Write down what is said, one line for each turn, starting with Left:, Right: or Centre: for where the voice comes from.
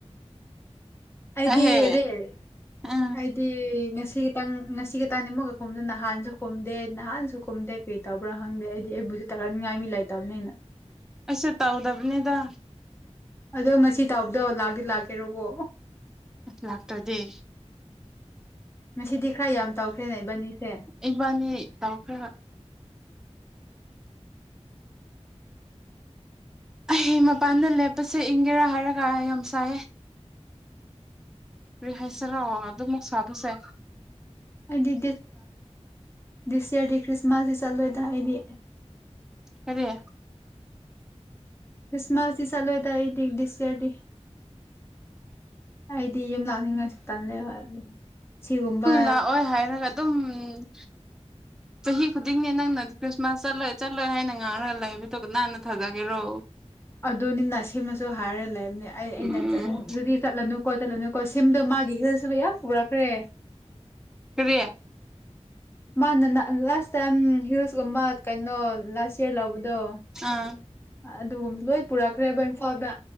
Left: ꯑꯩꯗꯤ
Centre: ꯑꯍꯦ
Left: ꯔꯤꯜ
Centre: ꯎꯝ
Left: ꯑꯩꯗꯤ ꯉꯁꯤ ꯉꯁꯤ ꯈꯇꯪ ꯉꯁꯤꯇꯅꯤꯃꯛꯀ ꯀꯨꯝꯗꯅ ꯅꯍꯥꯟꯖꯨ ꯀꯨꯝꯗꯦ ꯅꯥꯍꯥꯟꯖꯨ ꯀꯨꯝꯗꯦ ꯀꯩꯇꯧꯕ꯭ꯔꯥ ꯈꯪꯗꯦ ꯑꯩꯗꯤ ꯇꯥꯔꯥꯅꯤꯡꯉꯥꯏ ꯃꯤ ꯂꯩꯥꯇꯕꯅꯤꯅ
Centre: ꯑꯩꯁꯨ ꯇꯧꯗꯕꯅꯤꯗ
Left: ꯑꯗꯣ ꯉꯁꯤꯇꯧꯕꯗꯣ ꯂꯥꯛꯗꯤ ꯂꯥꯛꯀꯦꯔꯣ ꯀꯣ
Centre: ꯑꯪ ꯂꯥꯛꯇ꯭ꯔꯗꯤ
Left: ꯉꯁꯤꯗꯤ ꯈ꯭ꯔ ꯌꯥꯝꯇꯧꯈ꯭ꯔꯦꯅꯦ ꯏꯕꯅꯤꯁꯦ
Centre: ꯏꯕꯥꯅꯤ ꯇꯧꯈ꯭ꯔꯒ ꯑꯩ ꯃꯄꯥꯟꯗ ꯂꯦꯞꯄꯁꯦ ꯏꯪꯒꯦꯔꯥ ꯍꯥꯏꯔꯒ ꯌꯥꯝ ꯁꯥꯏꯑ ꯀꯔꯤ ꯍꯥꯏꯁꯦꯔ ꯑꯗꯨꯃꯨꯛ ꯁꯥꯥꯕꯁꯦ
Left: ꯑꯩꯗꯤ ꯗꯤꯁ ꯌꯦꯔ ꯗꯤ ꯈꯔ꯭ꯤꯁꯠꯃꯥꯁ ꯇꯤ ꯆꯠꯂꯣꯏꯗ ꯑꯩꯗꯤ
Centre: ꯀꯔꯤ
Left: ꯈ꯭ꯔꯤꯁꯃꯥꯁꯇ ꯆꯠꯂꯣꯏꯗ ꯑꯩꯗꯤ ꯗꯤꯁ ꯌꯥꯔꯗꯤ ꯑꯩꯗꯤ ꯌꯨꯝꯂꯛ ꯂꯥꯛꯅꯤꯡ ꯉꯥꯢꯁꯨ ꯇꯜꯂꯦꯕ ꯁꯤꯒꯨꯝꯕ
Centre: ꯂꯥꯛꯑꯣꯏ ꯍꯥꯏꯔꯒ ꯑꯗꯨꯝ ꯎꯝ ꯆꯍꯤ ꯈꯨꯗꯤꯡꯅꯦ ꯅꯪꯅꯗꯤ ꯈ꯭ꯔꯤꯁꯃꯥꯁ ꯆꯠꯂꯣꯏ ꯆꯠꯂꯣꯏ ꯍꯥꯏꯅ ꯉꯥꯏꯔꯒ ꯂꯩꯕꯗꯨꯒ ꯀꯟꯅ ꯊꯥꯖꯒꯦꯔꯣ
Left: ꯑꯗꯨꯅꯤꯅ ꯁꯤꯃꯁꯨ ꯍꯥꯏꯔ ꯂꯩꯕꯅꯦ ꯑꯩ ꯑꯩꯅ
Centre: ꯎꯝ
Left: ꯑꯗꯨꯗꯤ ꯆꯠꯂꯅꯨꯀꯣ ꯆꯠꯂꯅꯨ ꯀꯣꯁꯤꯝꯗ ꯃꯥꯒꯤ ꯍꯤꯜꯁꯤꯕꯨ ꯌꯥꯝ ꯄꯨꯔꯛꯈ꯭ꯔꯦ
Centre: ꯀꯔꯤ
Left: ꯃꯥꯅ ꯂꯥꯁ ꯇꯥꯏꯝ ꯍꯤꯜꯁꯀꯨꯝꯕ ꯀꯩꯅꯣ ꯂꯥꯁ ꯌꯔ ꯂꯧꯕꯅꯤ ꯑꯗꯣ
Centre: ꯑꯥ
Left: ꯑꯗꯨꯒꯨꯝꯕ ꯂꯣꯏ ꯄꯨꯔꯛꯈ꯭ꯔꯦꯕ ꯏꯝꯐꯥꯜꯗ